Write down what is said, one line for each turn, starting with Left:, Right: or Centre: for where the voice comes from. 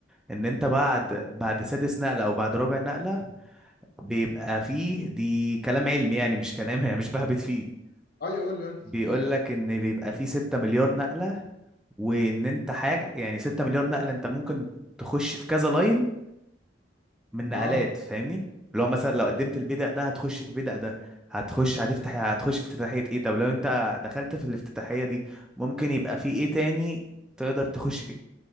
Centre: ان انت بعد بعد سادس نقله او بعد رابع نقله بيبقى فيه دي كلام علمي يعني مش كلام <laughs> مش بهبت فيه
Left: اه يقول لي يقول لي
Centre: بيقول لك ان بيبقى فيه 6 مليار نقلة وان انت حاجة يعني 6 مليار نقلة انت ممكن تخش في كذا لاين من نقلات
Left: اه
Centre: فاهمني لو مثلا لو قدمت البيدق ده هتخش في بيدق ده هتخش هتفتح هتخش في افتتاحية ايه طب لو انت دخلت في الافتتاحية دي ممكن يبقى في ايه تاني تقدر تخش فيه